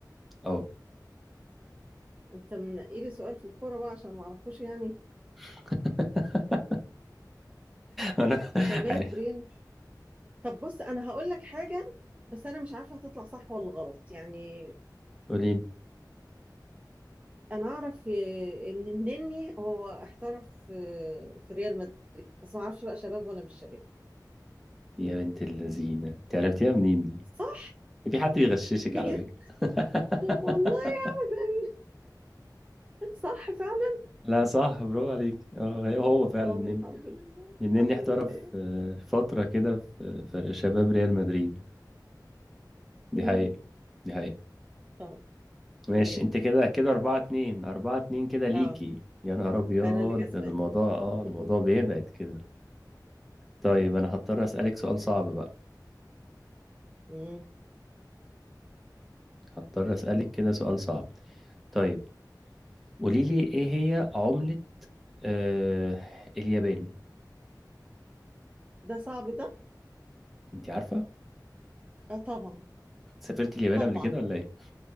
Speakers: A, in the centre; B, on the right.
A: اه
B: أنت منقي لي سؤال في الكورة بقى عشان ما أعرفوش يعني
A: <laughs> انا
B: في شباب
A: عارف
B: ريال طب بص أنا هقول لك حاجة بس أنا مش عارفة هتطلع صح ولا غلط يعني
A: قولي لي
B: أنا أعرف آه، إن النني هو احترف آه، في ريال مدريد بس ما أعرفش بقى شباب ولا مش شباب
A: يا بنت اللذينة انت عرفتيها منين دي؟
B: صح
A: في حد بيغششك
B: بجد
A: على فكرة <laughs>
B: والله ابدا صح فعلا
A: لا صح برافو عليك اه هي هو فعلا
B: اه
A: النني
B: الحمد لله
A: النني
B: الحمد
A: احترف
B: لله
A: آه، فترة كده في في شباب ريال مدريد دي
B: امم
A: حقيقة دي حقيقة
B: طب تمام
A: ماشي انت كده كده أربعة اتنين أربعة اتنين كده ليكي
B: اه
A: يا نهار أبيض
B: انا اللي كسبان
A: ده ده الموضوع اه
B: <laughs>
A: الموضوع بيبعد كده طيب أنا هضطر أسألك سؤال صعب بقى
B: امم
A: هضطر أسألك كده سؤال صعب طيب قولي لي ايه هي عملة آه اليابان
B: ده صعب ده
A: انت عارفة
B: اه طبعا
A: سافرت اليابان
B: طبعا
A: قبل كده ولا ايه